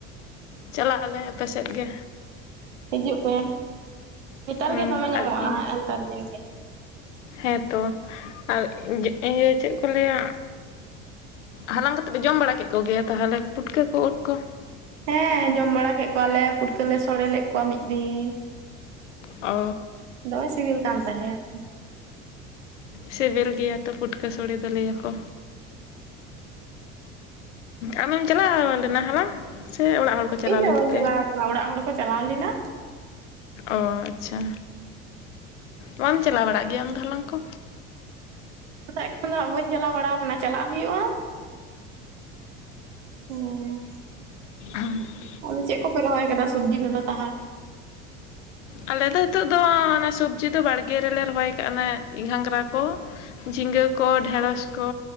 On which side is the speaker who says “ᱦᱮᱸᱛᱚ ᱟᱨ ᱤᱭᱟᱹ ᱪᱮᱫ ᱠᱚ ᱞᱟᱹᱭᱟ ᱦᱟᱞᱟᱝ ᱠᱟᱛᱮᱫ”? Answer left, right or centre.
Left